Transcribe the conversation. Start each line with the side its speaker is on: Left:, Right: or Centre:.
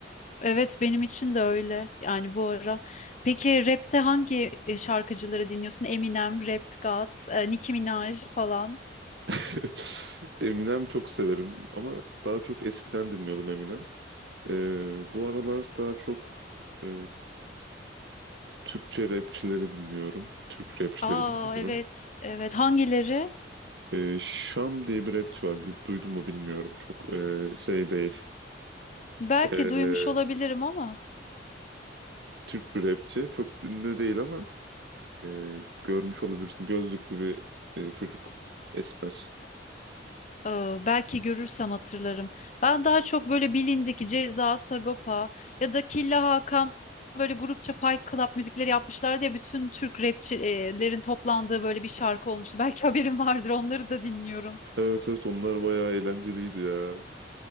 Left: Evet, benim için de öyle. Yani bu ara. Peki rapte hangi e, şarkıcıları dinliyorsun? Eminem, Rap God, e, Nicki Minaj falan.
Right: <laughs> Eminem çok severim ama daha çok eskiden dinliyordum Eminem. E, bu aralar daha çok e, Türkçe rapçileri dinliyorum. Türk rapçileri
Left: Aa
Right: dinliyorum.
Left: evet, evet. Hangileri?
Right: Ee, Şam diye bir rapçi var. Bil- Duydun mu bilmiyorum. Çok e, şey değil.
Left: Belki
Right: Ee,
Left: duymuş olabilirim ama.
Right: Türk bir rapçi. Çok ünlü değil ama e, görmüş olabilirsin. Gözlüklü bir e, çocuk. Esmer.
Left: Ee, belki görürsem hatırlarım. Ben daha çok böyle bilindik Ceza, Sagopa ya da Killa Hakan böyle grupça Fight Club müzikleri yapmışlar diye bütün Türk rapçilerin toplandığı böyle bir şarkı olmuştu. <laughs> Belki haberin vardır onları da dinliyorum.
Right: Evet evet onlar bayağı eğlenceliydi ya.